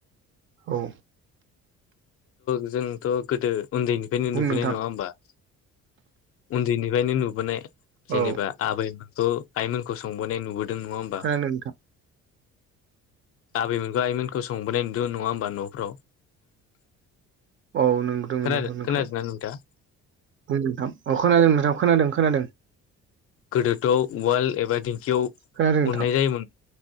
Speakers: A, on the right; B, on the left.
A: औ
B: जोंथ' गोदो उन्दैनिफ्रायनो
A: बुं
B: नुबैनाय
A: नोंथां
B: नङा होमबा? उन्दैनिफ्रायनो नुबोनाय जेनेबा
A: औ
B: आबैमोनखौ आइमोनखौ संबोनाय नुबोदों नङा होमबा?
A: खोनादों नोंथां
B: आबैमोनखौ आइमोनखौ संबोनाय नुदों नङा होनोमबा न'फ्राव। अ
A: औ नंगौ
B: खोनादों
A: नंगौ नोंथां
B: खोनादों नोंथाङा
A: नोंथां अ खोनादों नोंथां खोनादों खोनादों।
B: गोदोथ'आव उवाल एबा दिंखियाव
A: खोनादों नोंथां
B: अननाय जायोमोन।